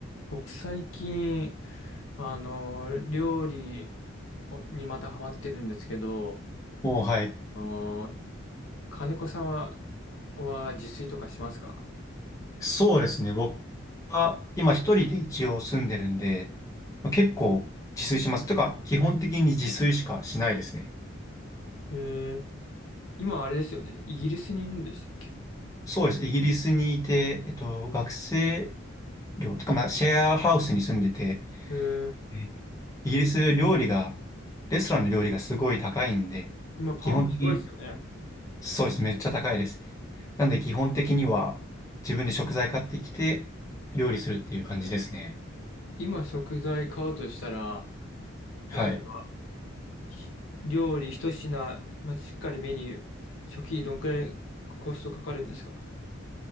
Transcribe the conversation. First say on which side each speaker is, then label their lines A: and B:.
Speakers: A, on the left; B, on the left.
A: 僕最近、あの、料理にまたハマってるんですけど、
B: もう、はい。
A: あの、金子さんは、は自炊とかしますか
B: そうですね。僕は今一人で一応住んでるんで、まあ、結構自炊します。というか、基本的に自炊しかしないですね。
A: えー、今あれですよね。イギリスにいるんでしたっけ
B: そうです。イギリスにいて、えっと、学生寮とか、まあ、シェアハウスに住んでて、
A: えー、
B: えイギリス料理が、レストランの料理がすごい高いんで、
A: 今パウンドすごいですよね。
B: 基本的に、そうです。めっちゃ高いです。なんで基本的には自分で食材買ってきて料理するっていう感じですね。
A: 今食材買うとしたら、
B: はい。
A: 例えばひ料理一品、まあ、しっかりメニュー、初期どんくらいコストかかるんですか